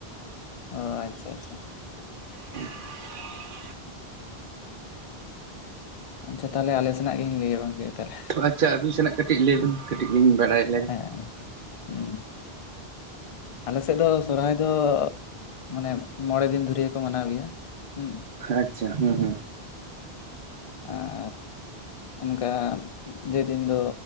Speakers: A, on the left; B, on the right.
A: ᱚ ᱟᱪᱪᱷᱟ ᱟᱪᱪᱷᱟ
B: <unintelligible>
A: ᱟᱪᱪᱷᱟ ᱛᱟᱦᱚᱞᱮ ᱟᱞᱮ ᱥᱮᱱᱟᱜ ᱜᱤᱧ ᱞᱟᱹᱭᱟᱞᱟᱝ ᱜᱮ ᱛᱟᱦᱚᱞᱮ
B: ᱟᱪᱪᱷᱟ ᱟᱵᱤᱱ ᱥᱮᱱᱟᱜ ᱠᱟᱹᱴᱤᱡ ᱞᱟᱹᱭᱵᱮᱱ ᱠᱟᱹᱴᱤᱡ ᱞᱤᱧ ᱵᱟᱲᱟᱭ ᱞᱮᱜᱮ
A: ᱦᱮᱸ ᱦᱮᱸ ᱟᱞᱮ ᱥᱮᱫ ᱫᱚ ᱥᱚᱨᱦᱟᱭ ᱫᱚ ᱢᱟᱱᱮ ᱢᱚᱬᱮ ᱫᱤᱱ ᱫᱷᱩᱨᱭᱟᱹ ᱠᱚ ᱢᱟᱱᱟᱣ ᱜᱮᱭᱟ ᱦᱩᱸ
B: ᱟᱪᱪᱷᱟ ᱦᱩᱸ ᱦᱩᱸ
A: ᱟᱨ ᱚᱱᱠᱟ ᱡᱮᱫᱤᱱ ᱫᱚ